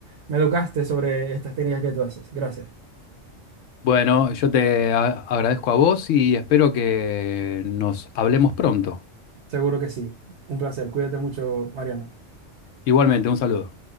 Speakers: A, on the right; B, on the left.
A: Me educaste sobre estas técnicas que tú haces. Gracias.
B: Bueno, yo te a- agradezco a vos y espero que nos hablemos pronto.
A: Seguro que sí. Un placer. Cuídate mucho, Mariana.
B: Igualmente, un saludo.